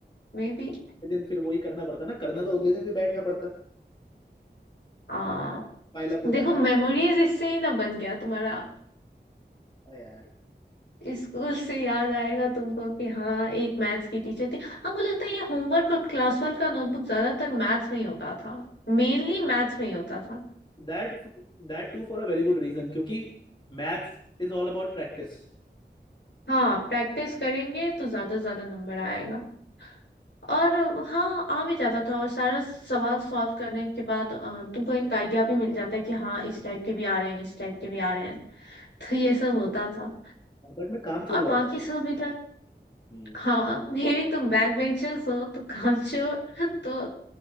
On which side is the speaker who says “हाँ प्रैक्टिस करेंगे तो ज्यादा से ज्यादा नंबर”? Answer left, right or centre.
Left